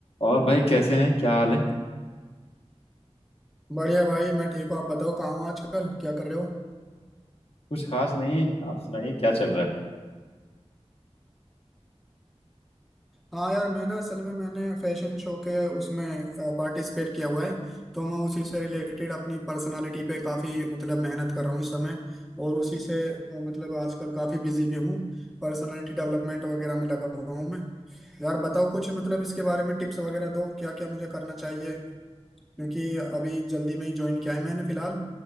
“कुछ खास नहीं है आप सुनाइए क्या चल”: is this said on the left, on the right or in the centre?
Left